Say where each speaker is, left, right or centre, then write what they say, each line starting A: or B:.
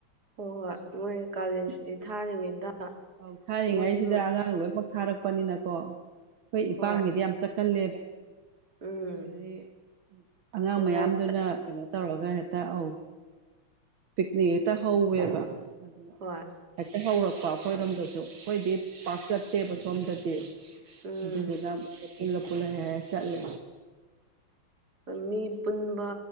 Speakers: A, on the right; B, on the right.
A: ꯍꯣꯏ ꯍꯣꯏ ꯃꯣꯏ ꯀꯥꯂꯦꯟꯁꯨꯇꯤ ꯊꯥꯔꯤꯉꯩꯗ
B: ꯑꯧ ꯊꯥꯔꯤꯉꯩꯁꯤꯗ
A: ꯃꯣꯏꯁꯨ
B: ꯑꯉꯥꯡ ꯂꯣꯏꯅꯃꯛ ꯊꯥꯔꯛꯄꯅꯤꯅꯀꯣ ꯑꯩꯈꯣꯏ ꯏꯄꯥꯝꯒꯤꯗꯤ
A: ꯍꯣꯏ
B: ꯌꯥꯝ ꯆꯠ ꯀꯜꯂꯦꯕ
A: ꯎꯝ
B: ꯍꯥꯏꯗꯤ ꯑꯉꯥꯡ ꯃꯌꯥꯝꯗꯨꯅ
A: ꯂꯥꯏꯔꯤꯛꯇ
B: ꯀꯩꯅꯣ ꯇꯧꯔꯒ ꯍꯦꯛꯇ ꯑꯧ ꯄꯤꯛꯅꯤꯛ ꯍꯦꯛꯇ ꯍꯧꯋꯦꯕ ꯑꯗꯨꯅ
A: ꯍꯣꯏ
B: ꯍꯦꯛꯇ ꯍꯧꯔꯛꯄ ꯑꯩꯈꯣꯏꯔꯣꯝꯗꯁꯨ ꯑꯩꯈꯣꯏꯗꯤ ꯄꯥꯛ ꯆꯠꯇꯦꯕ ꯁꯣꯝꯗꯗꯤ
A: ꯎꯝ
B: ꯑꯗꯨꯗꯨꯅ ꯄꯨꯜꯂꯥ ꯄꯨꯜꯂꯥ ꯍꯦꯛ ꯍꯦꯛ ꯆꯠꯂꯦ
A: ꯃꯤ ꯄꯨꯟꯕ